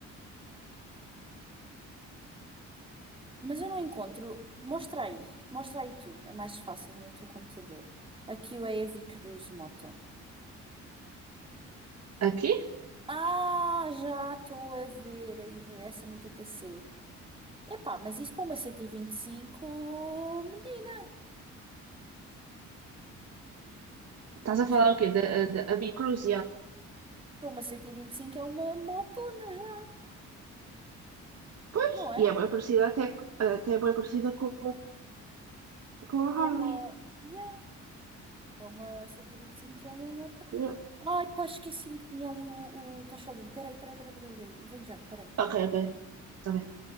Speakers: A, on the right (about 15°); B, on the right (about 55°).
A: Mas eu não encontro. Mostra aí. Mostra aí tu. É mais fácil no teu computador. Aqui o Heavy Cruise Moto.
B: Aqui?
A: Ah, já estou a ver aí no- essa no teu PC. Epá, mas isso para uma CT25, menina.
B: Estás a
A: já-
B: falar o quê? Da, da, a Bicruz,
A: Para uma CT25 é uma motona já,
B: Pois,
A: não é?
B: e é bem parecida até, até é bem parecida com, com a
A: Com
B: Harley.
A: uma. Yeah. Para uma CT25 já é uma moto.
B: Ok,
A: Ai, pá, esqueci-me que tinha ali o, o tacho de um. Peraí, peraí, peraí, peraí. peraí. Vem já, peraí.
B: ok, está bem.